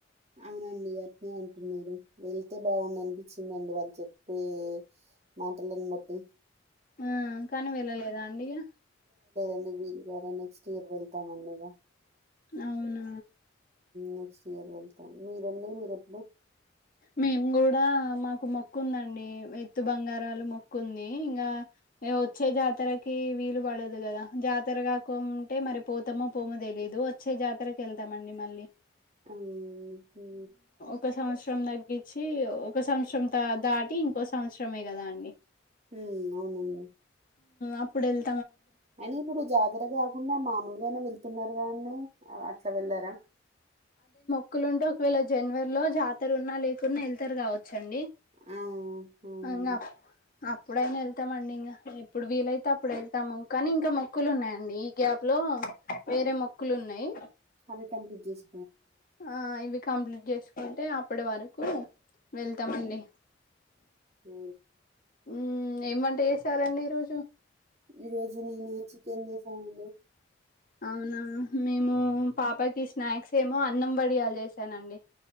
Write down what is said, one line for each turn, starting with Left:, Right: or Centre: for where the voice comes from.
Right: అవునండి గట్నే అంటున్నారు వెళ్ బాగుంది అనిపించిందండి వాళ్ళు చెప్పే మాటలని బట్టి
Left: ఆ కానీ వెళ్ళలేదా అండి ఇగా
Right: అ వీలుగానే నెక్స్ట్ ఇయర్ వెళ్తామండి ఇక
Left: అవును
Right: నెక్స్ట్ ఇయర్ వెళ్తాం మీరన్నడి మీరు ఎప్పుడు
Left: మేము కూడా మాకు మొక్కు ఉందండి ఎత్తు బంగారాలు మొక్కు ఉంది ఇంకా వచ్చే జాతరకి వీలు పడదు కదా జాతర కాకుంటే మరి పోతామో పోమో తెలీదు వచ్చే జాతరకు వెళ్తామండి మళ్ళీ
Right: ఉ ఊ
Left: ఒ సంవత్సరం తగ్గించి ఒక సంవత్సరం దాటి ఇంకో సంవత్సరమే కదా అండి
Right: ఉ అవునండి
Left: అప్పుడు వెతు
Right: అయినా ఇప్పుడు జాతర కాకుండా మామూలుగా అయినా వెళ్తున్నారు కదండి అట్లా వెళ్ళార
Left: మోక్కులు ఉంటే ఒకవేళ జనవరిలో జాతర ఉన్నా లేకున్నా వెళ్తారు కావచ్చండి
Right: ఆ, అవునండి
Left: అ అప్ ఎప్పుడైనా వెళ్తామండి ఇంకా ఎప్పుడు వీలైతే అప్పుడు వెళ్తాము కానీ ఇంకా మొక్కులు ఉన్నాయండి ఈ గ్యాప్లో వేరే మొక్కులు ఉన్నాయి
Right: అనీ కన్ఫ్యూజ్ జేసి
Left: ఆ ఇవి కంప్లీట్ చేసుకుంటే అప్పటి వరకు వెళ్తామండి
Right: అ
Left: ఉ ఏమ్ వంట చేసారండి ఈరోజు
Right: ఈరోజు నేను చికెన్ చేసానండి
Left: అవునా మేము పాపకి స్నాక్స్ ఏమో అన్నం వడియాలు చేసానండి